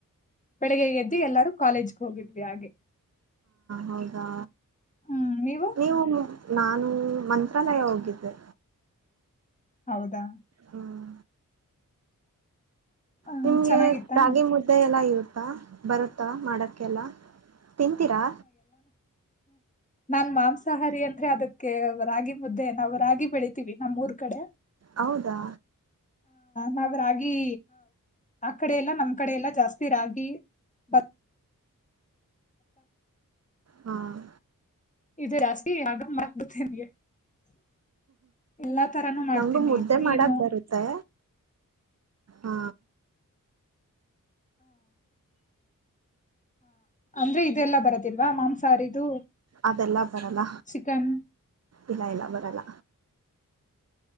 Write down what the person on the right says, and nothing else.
ಹೌದಾ
ನೀವುನು ನಾನು ಮಂತ್ರಾಲಯ ಹೋಗಿದ್ದೆ
ಹ್ಮ್
ನಿಮಗೆ
ರಾಗಿಮುದ್ದೆ ಎಲ್ಲ ಇರುತ್ ಬರುತ್ತಾ ಮಾಡಕ್ಕೆಲ್ಲಾ ತಿಂತಿರಾ
ಹೌದಾ
ಹಮ್
ನನಗೂ ಮುದ್ದೆ
ಮಾಡಕ್ಕೆ ಬರುತ್ತೆ ಆ
ಅದೆಲ್ಲ ಬರಲ್ಲ
ಇಲ್ಲ ಇಲ್ಲ ಬರಲ್ಲ